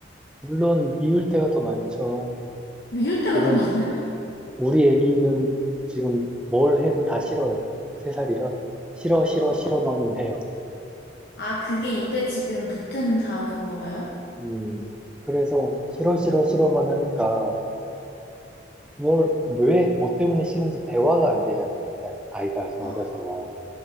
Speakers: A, in the centre; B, on the left.
A: 물론 미울 때가 더 많죠.
B: 미울 때가
A: 지금
B: 더 많아요?
A: 우리 애기는 지금 뭘 해도 다 싫어요. 세 살이라 싫어 싫어
B: 아,
A: 싫어만 해요.
B: 아, 그게 입에 지금 붙은 단어인가 봐요?
A: 음, 그래서 싫어 싫어 싫어만 하니까 뭘 왜 뭐 때문에 싫은지 대화가 안 되잖아요. 일단 아이가 아직 어려서
B: 아,